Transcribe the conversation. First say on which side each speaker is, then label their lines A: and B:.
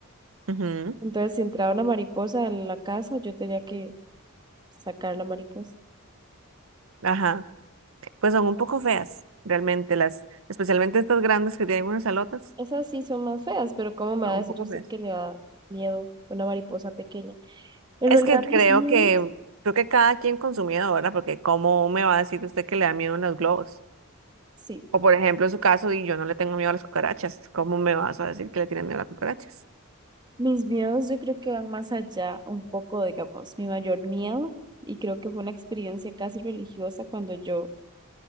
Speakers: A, on the right (about 65°); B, on the right (about 20°).
A: Ujú.
B: Entonces, si entraba una mariposa a la casa, yo tenía que sacar la mariposa.
A: Ajá. Pues son un poco feas, realmente, las, especialmente estas grandes que tienen unas alotas,
B: Esas sí son más feas, pero ¿cómo me
A: son
B: va a decir
A: un poco
B: usted
A: feas.
B: que le da miedo una mariposa pequeña? En
A: Es
B: realidad,
A: que creo
B: mis miedos,
A: que, creo que cada quien con su miedo, ¿verdad? Porque ¿cómo me va a decir usted que le da miedo a los globos?
B: sí,
A: O por ejemplo, en su caso, y yo no le tengo miedo a las cucarachas, ¿cómo me vas a decir que le tienen miedo a las cucarachas?
B: mis miedos yo creo que van más allá un poco, digamos, mi mayor miedo, y creo que fue una experiencia casi religiosa cuando yo